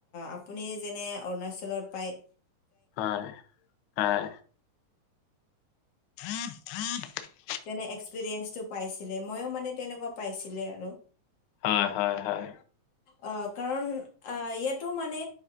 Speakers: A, on the left; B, on the left.
A: আপুনি যেনে অৰুণাচলত পায়
B: হয়, হয়। <unintelligible>
A: যেনে এক্সপিৰিয়েঞ্চটো পাইছিলে, ময়ো মানে তেনেকুৱা পাইছিলে আৰু।
B: হয়, হয়, হয়।
A: অঁ, কাৰণ ইয়াতো, মানে